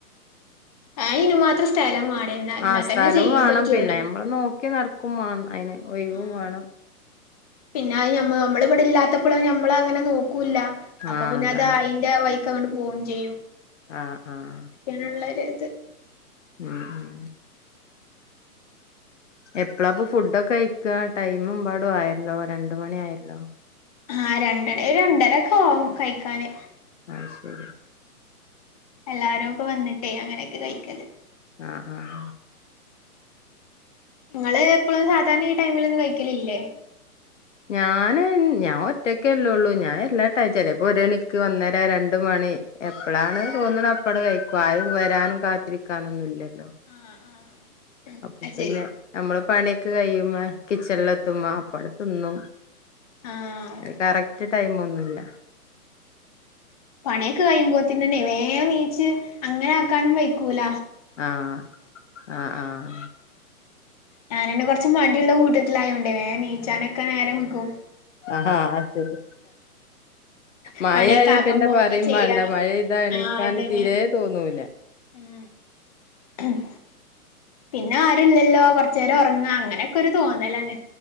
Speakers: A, on the left; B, on the left.
A: അത് അയിന് മാത്രം സ്ഥലം വാണേ എന്നാ എന്നാ
B: ആഹ് സ്ഥലും
A: തന്നെ ചെയ്യാൻ
B: വേണം
A: പറ്റുള്ളൂ
B: പിന്നെ നമ്മള് നോക്കി നടക്കും മാ അതിന് ഒഴിവും
A: ആഹ്
B: വാണം.
A: പിന്നെ അത് ഞമ്മ നമ്മള് ഇവിടെ ഇല്ലാത്തപ്പള് നമ്മള് അങ്ങനെ നോക്കൂല്ല അപ്പൊ
B: ആഹ്
A: പിന്നെ
B: അതാണ്
A: അതായി ന്റെ വഴിക്ക് അങ്ങട്ട് പോവും ചെയ്യും.
B: ആഹ് ആഹ്
A: ക്ക്യാണ്ള്ളോര്ത്
B: ഉം ഉം എപ്പളാപ്പൊ ഫുഡൊക്കെ കഴിക്കാ ടൈമ് എബാടും ആയല്ലോ രണ്ട് മണി ആയല്ലോ.
A: ആഹ് രണ്ടണി രണ്ടരൊക്കെ ആവും കഴിക്കാന്.
B: അത് ശരി
A: എല്ലാരും ഒക്കെ വന്നിട്ടേ അങ്ങനെയൊക്കെ കഴിക്കല്.
B: ആഹ് ആഹ്
A: ഇങ്ങള് എപ്പളും സാധാരണ ഈ ടൈമിലെന്നും കഴിക്കലില്ലേ?
B: ഞാന് ഞാൻ ഒറ്റക്കല്ലേള്ളൂ ഞാൻ എല്ലാ ടൈ ചെലപ്പോ ഒരണിക്ക് ഒന്നര രണ്ട് മണി. എപ്പളാണ് തോന്ന്ണ അപ്പാണ്ട് കഴിക്കും ആരും വരാനും കാത്തിരിക്കാനൊന്നുംല്ലല്ലോ.
A: ആഹ് ആഹ്
B: അപ്പൊ
A: അത്
B: പിന്നെ
A: ശരി
B: നമ്മള് പണിയൊക്കെ കഴിയുമ്പോ കിച്ചണില് എത്തുമ്പോ അപ്പാണ്ട് തിന്നും.
A: ആഹ്
B: അത് കറക്റ്റ് ടൈമൊന്നുല്ല.
A: പണിയൊക്കെ കഴിയുമ്പോത്തിന്നെന്നെ വേം നീച്ച് അങ്ങനെ ആക്കാനും വെയ്ക്കൂല.
B: ആഹ് ആഹ് ആഹ്.
A: ഞാനയ്ന് കൊറച്ച് മടിള്ള കൂട്ടത്തിലയോണ്ടേ വേം നീച്ചാനൊക്കെ നേരം വെകും.
B: ആഹ് അത് ശരി മഴയായാ
A: പണിയൊക്കെ ആക്കം
B: പിന്നെ
A: പോലെ
B: പറയും
A: ചെയ്യാ
B: മാണ്ട മഴ പെയ്താ എണിക്കാന്
A: ആഹ് അതന്നെ
B: തീരെ തോന്നൂല.
A: ഉം ഉം പിന്നെ ആരുല്ലല്ലോ കൊറച്ചേരം ഒറ്ങ്ങ അങ്ങനൊക്കെ ഒരു തോന്നലാണ്.